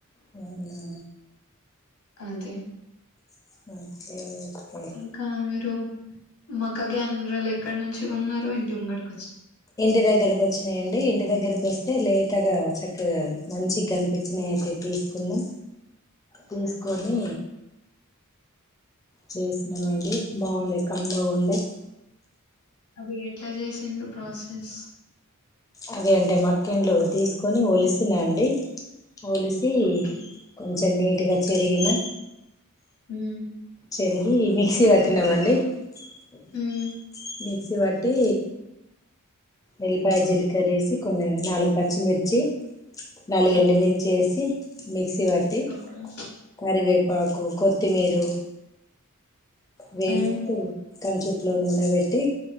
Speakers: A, on the left (about 15°); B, on the left (about 75°).
A: అవునా
B: అదే
A: ఓకే ఓకే
B: ఇంకా మీరు మక్క గన్రాలు ఎక్కడ నుంచి కొన్నారు ఇంటి ముంగడికి
A: ఇంటి దగ్గరకు వచ్చినాయండి ఇంటి దగ్గర వస్తే లేత గ చక్కగా మంచిగా కనిపించిన అయితే తీసుకున్నాం. తీసుకొని చేసినామ అండి బాగుండే కమ్మగుండే.
B: అది ఎట్లా చేసిండ్రు ప్రాసెస్
A: అదే అంటే మక్కెన్లు తీసుకొని ఒలిసినండి ఒలిసి కొ
B: ఓకే
A: కొంచ నీట్గా చెరిగిన
B: మ్మ్
A: జరిగి ఈ మిక్సీ కట్టినామండి మ్మ్
B: ఉమ్
A: మిక్సీ బట్టి ఉల్లిపాయ జిలిక్ కక్కర వేసి కొన్ని నాలుగు పచ్చిమిర్చి నాలుగు
B: ఉమ్,
A: ఎండుమిర్చి వేసి మిక్సీ కట్టి
B: ఓకే
A: కరివేపాకు కోత్ త్తిమీరి వేస్
B: ఉమ్
A: క చట్ లో నుూన బెట్